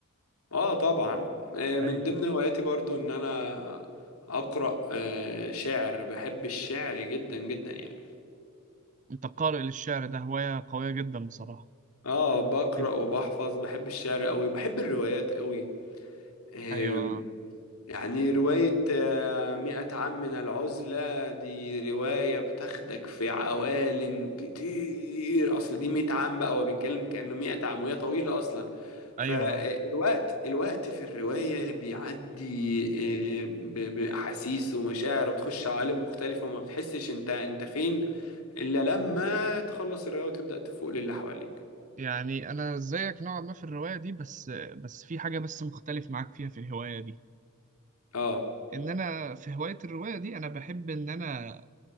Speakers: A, on the left; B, on the right.
A: اه طبعا آه، من
B: ايوه
A: ضمن هواياتي برضو ان انا اقرأ آه، شعر بحب الشعر جدا جدا يعني
B: انت قارئ للشعر ده هواية قوية جدا بصراحة
A: اه بقرأ
B: دي
A: وبحفظ بحب الشعر قوي بحب الروايات قوي آم،
B: ايوه آه.
A: يعني رواية آه، مئة عام من العزلة دي رواية بتاخدك في عوالم كتير أصل دي مئة عام بقى هو بيتكلم كأنه مئة عام وهي طويلة أصلا
B: ايوه
A: فالوقت
B: آه.
A: الوقت في الرواية بيعدي آه، ب- بأحاسيس ومشاعر وبتخش عوالم مختلفة وما بتحسش انت انت فين إلا لما تخلص الرواية وتبدأ تفوق للي حواليك
B: يعني انا زيك نوعا ما في الروايه دي بس بس في حاجه بس مختلف معاك فيها في الهوايه دي
A: اه
B: ان انا في هوايه الروايه دي انا بحب ان انا